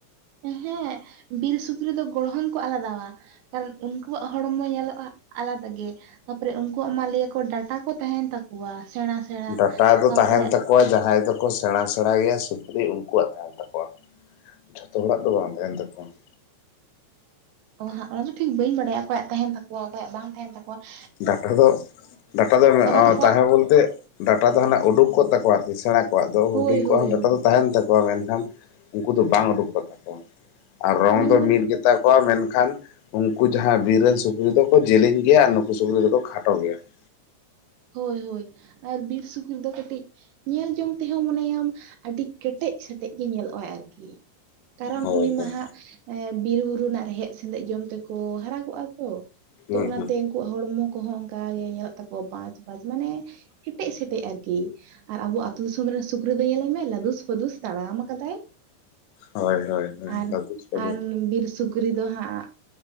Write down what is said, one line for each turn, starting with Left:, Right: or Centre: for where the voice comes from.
Right: ᱦᱮᱸ ᱵᱤᱨ ᱥᱩᱠᱨᱤ ᱫᱚ ᱜᱚᱲᱦᱚᱱ ᱠᱚ ᱟᱞᱟᱫᱟᱣᱟ ᱾ ᱠᱟᱨᱚᱱ ᱩᱱᱠᱩᱣᱟᱜ ᱦᱚᱲᱢᱚ ᱧᱮᱞᱚᱜᱼᱟ ᱟᱞᱟᱫᱟ ᱜᱮ ᱾ ᱛᱟᱯᱚᱨᱮ ᱩᱱᱠᱩᱣᱟᱜ ᱢᱟ ᱞᱟᱹᱭ ᱟᱠᱚ ᱰᱟᱴᱟ ᱠᱚ ᱛᱟᱦᱮᱱ ᱛᱟᱠᱚᱣᱟ ᱥᱮᱬᱟ ᱥᱮᱬᱟ
Left: ᱰᱟᱴᱟ ᱫᱚ
Right: ᱛᱟᱯᱚᱨᱮ
Left: ᱛᱟᱦᱮᱱ ᱛᱟᱠᱚᱣᱟ᱾ ᱡᱟᱦᱟᱸᱭ ᱫᱚᱠᱚ ᱥᱮᱬᱟᱼᱥᱮᱬᱟ ᱜᱮᱭᱟ ᱥᱩᱠᱨᱤ ᱩᱱᱠᱩᱣᱟᱜ ᱛᱟᱦᱮᱱ ᱛᱟᱠᱚᱣᱟ᱾ ᱡᱚᱛᱚ ᱦᱚᱲᱟᱜ ᱫᱚ ᱵᱟᱝ ᱛᱟᱦᱮᱱ ᱛᱟᱠᱚᱣᱟ ᱾
Right: ᱚ ᱦᱟᱸᱜ ᱚᱱᱟ ᱫᱚ ᱴᱷᱤᱠ ᱵᱟᱹᱧ ᱵᱟᱰᱟᱭᱟ᱾ ᱚᱠᱚᱭᱟᱜ ᱛᱟᱦᱮᱱ ᱛᱟᱠᱚᱣᱟ ᱚᱠᱚᱭᱟᱜ ᱵᱟᱝ ᱛᱟᱦᱮᱱ ᱛᱟᱠᱚᱣᱟ ᱾
Left: ᱰᱟᱴᱟ ᱫᱚ, ᱰᱟᱴᱟ ᱫᱚ
Right: ᱛᱟᱠᱚᱣᱟᱜ
Left: ᱛᱟᱦᱮᱸ ᱵᱚᱞᱛᱮ ᱰᱟᱴᱟ ᱫᱚ ᱦᱟᱱᱮ ᱩᱰᱩᱠ ᱠᱚᱜ ᱛᱟᱠᱚᱣᱟ ᱟᱨᱠᱤ ᱥᱮᱬᱟ ᱠᱚᱣᱟᱜ ᱫᱚ,
Right: ᱦᱳᱭ
Left: ᱦᱩᱰᱤᱧ
Right: ᱦᱳᱭ
Left: ᱠᱚᱣᱟᱜ ᱦᱚᱸ
Right: ᱦᱳᱭ
Left: ᱰᱟᱴᱟ ᱫᱚ ᱛᱟᱦᱮᱱ ᱛᱟ ᱠᱚᱣᱟ ᱾ ᱢᱮᱱᱠᱷᱟᱱ ᱩᱱᱠᱩ ᱫᱚ ᱵᱟᱝ ᱩᱰᱩᱠᱚᱜ ᱛᱠᱚᱣᱟ ᱟᱨ ᱨᱚᱝ
Right: ᱡᱮᱢᱚᱱ
Left: ᱫᱚ ᱢᱤᱫ ᱜᱮᱛᱟ ᱠᱚᱣᱟ ᱢᱮᱱᱠᱷᱟᱱ ᱩᱱᱠᱩ ᱡᱟᱦᱟᱸ ᱵᱤᱨ ᱨᱮᱱ ᱥᱩᱠᱨᱤ ᱫᱚᱠᱚ ᱡᱮᱞᱮᱧ ᱜᱮᱭᱟ ᱟᱨ ᱱᱩᱠᱩ ᱥᱩᱠᱨᱤ ᱫᱚᱠᱚ ᱠᱷᱟᱴ ᱜᱮᱛᱟ ᱾
Right: ᱦᱩᱭ ᱦᱳᱭ ᱟᱨ ᱵᱤᱨ ᱥᱩᱠᱨᱤ ᱫᱚ ᱠᱟᱹᱴᱤᱡ ᱧᱮᱞ ᱡᱚᱝ ᱛᱮᱦᱚᱸ ᱢᱚᱱᱮᱭᱟᱢ ᱟᱹᱰᱤ ᱠᱮᱴᱮᱡ ᱥᱮᱴᱮᱡ ᱜᱮ ᱧᱮᱞᱚᱜᱼᱟ ᱟᱨᱠᱤ ᱾ ᱠᱟᱨᱚᱱ
Left: ᱦᱳᱭ
Right: ᱩᱱᱤ
Left: ᱦᱳᱭ
Right: ᱢᱟ ᱦᱟᱸᱜ ᱵᱤᱨ ᱵᱩᱨᱩ ᱨᱮᱱᱟᱜ ᱨᱮᱦᱮᱫ ᱥᱮᱸᱫᱮᱜ ᱡᱚᱢ ᱛᱮᱠᱚ ᱦᱟᱨᱟᱠᱚᱜᱼᱟ ᱛᱚ ᱾
Left: ᱦᱩᱸ
Right: ᱛᱚ ᱚᱱᱟᱛᱮ
Left: ᱦᱩᱸ
Right: ᱩᱱᱠᱩᱣᱟᱜ ᱦᱚᱲᱢᱚ ᱠᱚᱦᱚᱸ ᱚᱱᱠᱟ ᱜᱮ ᱧᱮᱞᱚᱜ ᱛᱟᱠᱚᱣᱟ ᱵᱟᱪ ᱵᱟᱪ ᱢᱟᱱᱮ ᱠᱮᱴᱮᱡ ᱥᱮᱴᱮᱡ ᱟᱨᱠᱤ ᱟᱨ ᱟᱵᱚ ᱟᱹᱛᱩ ᱫᱤᱥᱚᱢ ᱨᱮᱱ ᱥᱩᱠᱨᱤ ᱫᱚ ᱧᱮᱞᱮ ᱢᱮ, ᱞᱟᱫᱩᱥ ᱯᱟᱹᱫᱩᱥ ᱛᱟᱲᱟᱢ ᱟᱠᱟᱫᱟᱭ ᱾
Left: ᱦᱳᱭ ᱦᱳᱭ ᱦᱳᱭ
Right: ᱟᱨ,
Left: ᱫᱟᱫᱩ ᱠᱚᱫᱚ
Right: ᱟᱨ ᱵᱤᱨ ᱥᱩᱠᱨᱤ ᱫᱚ ᱦᱟᱸᱜ